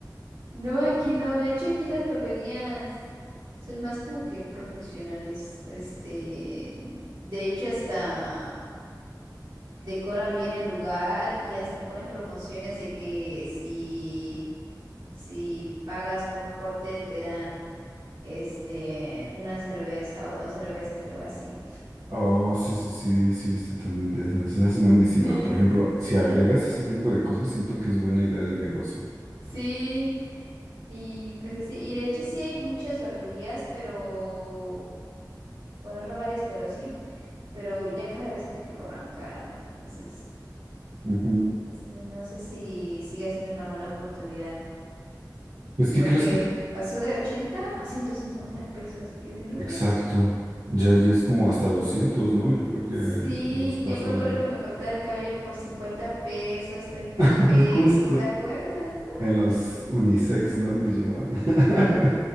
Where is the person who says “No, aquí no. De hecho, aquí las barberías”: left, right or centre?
Right